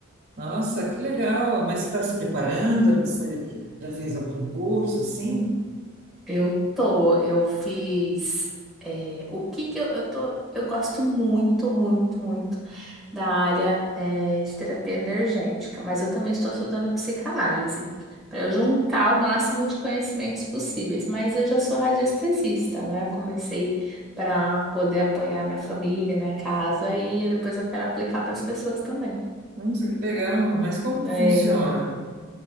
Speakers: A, on the right; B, in the centre.
A: nossa, que legal! Mas você está se preparando? Você já fez algum curso, assim?
B: Eu tô, eu fiz. eh, o que que eu, eu tô. Eu gosto muito, muito, muito da área, eh, de terapia energética, mas eu também estou estudando psicanálise, para eu juntar o máximo de conhecimentos possíveis. Mas eu já sou radiestesista, né? Eu comecei para poder apoiar minha família, minha casa, e depois eu quero aplicar para as pessoas também.
A: Nossa, que legal! Mas como que
B: É,
A: funciona?